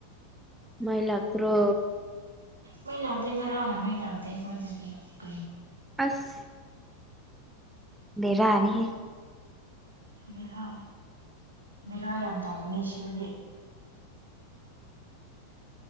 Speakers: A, in the centre; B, on the right.
A: ꯃꯥꯏ ꯂꯥꯛꯇ꯭ꯔꯣ
B: ꯃꯩ ꯂꯥꯛꯗ ꯉꯔꯥꯅ ꯃꯩ ꯂꯥꯛꯗ ꯐ ꯀ
A: ꯑꯁ ꯂꯩꯔꯅꯤꯍ
B: ꯕꯦꯔꯥ ꯕꯦꯔꯥ ꯌꯥꯝ ꯇꯧꯕꯅꯤ ꯁꯤꯗꯗꯤ